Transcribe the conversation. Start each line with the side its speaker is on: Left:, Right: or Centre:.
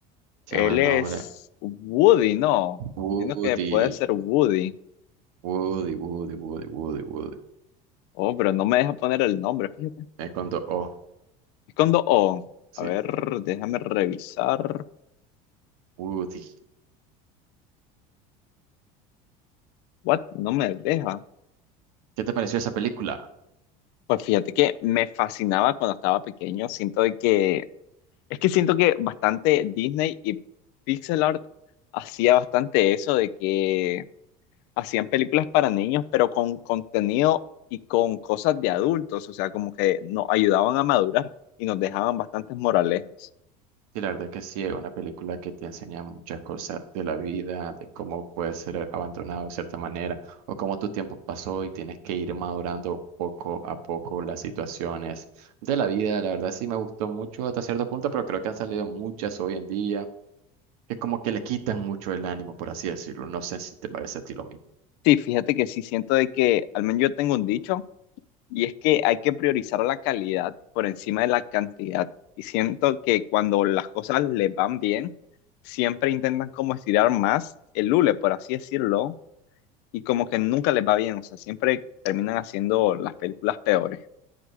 Right: Se
Left: él
Right: llama el
Left: es
Right: nombre.
Left: Woody, ¿no?
Right: Woody.
Left: Entiendo que puede ser Woody.
Right: Woody, Woody, Woody, Woody, Woody.
Left: Oh, pero no me deja poner el nombre, fíjate.
Right: Es con dos O.
Left: Es cuando, oh,
Right: Sí.
Left: a ver, déjame revisar.
Right: Woody.
Left: What? No me deja.
Right: ¿Qué te pareció esa película?
Left: Pues fíjate que me fascinaba cuando estaba pequeño. Siento de que, es que siento que bastante Disney y Pixel Art hacía bastante eso de que hacían películas para niños, pero con contenido y con cosas de adultos, o sea, como que nos ayudaban a madurar y nos dejaban bastantes moralejas.
Right: Sí, la verdad que sí, es una película que te enseña muchas cosas de la vida, de cómo puedes ser abandonado de cierta manera, o cómo tu tiempo pasó y tienes que ir madurando poco a poco las situaciones de la vida. La verdad sí me gustó mucho hasta cierto punto, pero creo que han salido muchas hoy en día. que como que le quitan mucho el ánimo, por así decirlo. No sé si te parece a ti lo mismo.
Left: Sí, fíjate que sí siento de que, al menos yo tengo un dicho, y es que hay que priorizar la calidad por encima de la cantidad. Y siento que cuando las cosas les van bien, siempre intentan como estirar más el hule, por así decirlo, y como que nunca les va bien, o sea, siempre terminan haciendo las películas peores.